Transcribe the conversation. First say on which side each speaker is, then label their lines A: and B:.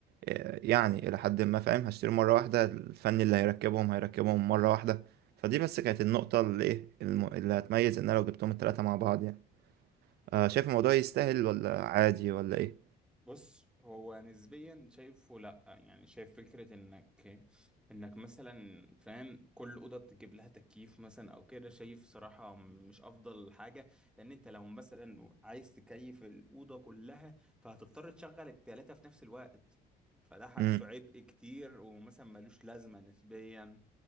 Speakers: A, on the right (about 70°); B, in the centre.
A: آه، يعني إلى حد ما فاهم هشتريهم مرة واحدة الفني اللي هيركبهم هيركبهم مرة واحدة فدي بس كانت النقطة اللي إيه الم... اللي هتميز إن أنا لو جبتهم التلاتة مع بعض يعني آه شايف الموضوع يستاهل ولا عادي ولا إيه؟
B: بص هو نسبيا شايفه لا يعني شايف فكرة انك انك مثلا فاهم كل اوضه تجيب لها تكييف مثلا او كده شايف صراحه مش افضل حاجه لان انت لو مثلا عايز تكيف الاوضه كلها فهتضطر تشغل التلاته في نفس الوقت فده حاسه
A: امم
B: عبء كتير ومثلا ملوش لازمه نسبيا